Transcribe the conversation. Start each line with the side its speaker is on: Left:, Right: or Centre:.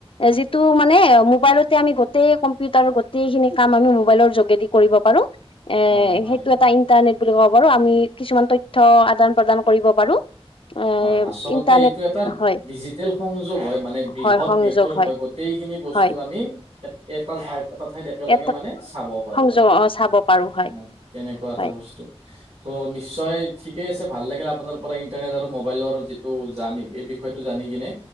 Left: এ যিটো মানে মোবাইলতে আমি গোটেই ক কম্পিউটাৰৰ গোটেই খিনি কাম আমি মোবাইলৰ যোগেদি কৰিব পাৰো এ
Right: হয় হয়
Left: সেইটো এটা ইন্টা ইণ্টাৰনেট বুলি কব পাৰো আমি কিছুমান তথ্য আদান প্ৰদান কৰিব পাৰো। এ
Right: হয় আচলতে
Left: ইণ্টাৰনেট
Right: এইটো এটা
Left: হয়
Right: ডিজিটেল সংযোগ হয় মানে বৃহৎ
Left: হয় সংযোগ
Right: নেটৱাৰ্ক হয় গোটেইখিনি বস্তুক
Left: হয়
Right: আমি এটা ঠাই এটা ঠাইত একেলগে
Left: ইয়াত
Right: মানে চাব পাৰো
Left: সংযোগ
Right: একে
Left: অ চাব পাৰো হয়
Right: অ তেনেকুৱা এটা
Left: হয়
Right: বস্তু ত' নিশ্চয় ঠিক ঠিকে আছে ভাল লাগিলে আপোনাৰ পৰা ইন্টাৰনেট আৰু মোবাইলৰ যিটো জাৰ্নি এই বিষয়টো জানি কিনে